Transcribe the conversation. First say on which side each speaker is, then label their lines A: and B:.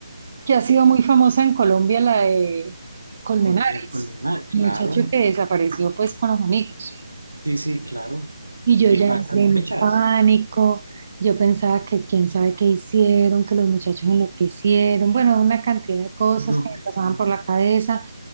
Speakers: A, on the right; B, on the right.
A: que
B: Eh,
A: ha sido muy famosa en Colombia, la de Colmenares,
B: col- eh, culminar, claro.
A: el muchacho que desapareció pues con los amigos.
B: Sí, sí, claro.
A: Y yo
B: Y
A: ya
B: para
A: entré
B: esas
A: en
B: fechas.
A: pánico, yo pensaba que quién sabe qué hicieron, que los muchachos enloquecieron, bueno, una cantidad de cosas
B: No,
A: que me
B: claro.
A: pasaban por la cabeza.